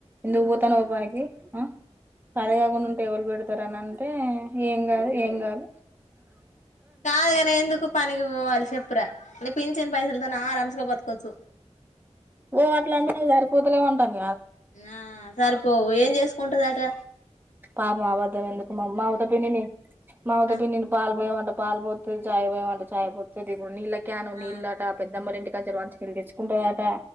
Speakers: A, on the right; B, on the left.
A: ఎందుకు పోతానావు పనికి ఆ సరే అగునుంట్ టేవల్ బడతారనంటే ఎం గాదు ఎంగాదు
B: కాదుగాని ఎందుకు పనికి పోవాలి చెప్పురా పిల్చిన పైసలతో నా ఆరామ్స్గా బతకోవచ్చు
A: ఓ అట్ల అంటే నే సరిపోతలే ఉంటాంది
B: నా సరిపోవు ఏం చేసుకుంటది అ అంత
A: పాప మాబద్ద్దం ఎందుకు మా మామత పిన్నిని మాముత
B: ఆ
A: పిండిని పాల్ పోయ అంట పాల్ పప్పి చాయ్ పోయివు అంటా చాయ్ పంపి ది నీళ్ళా క్ క్యాను
B: ఆ
A: నీళ్ళట పెద్దమ్మలు ఇంటికి తెచ్చుకుంటాట